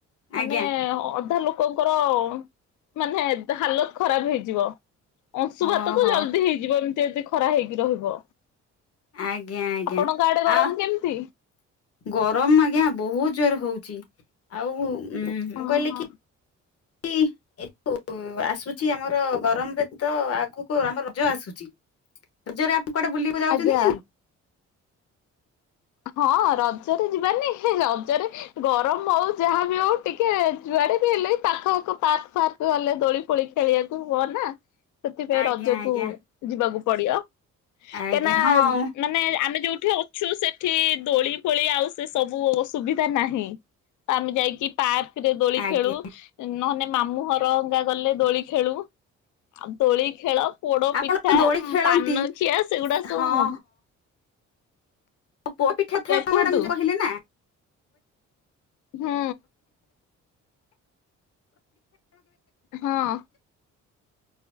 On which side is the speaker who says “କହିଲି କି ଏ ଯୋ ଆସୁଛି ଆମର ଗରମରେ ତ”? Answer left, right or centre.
Left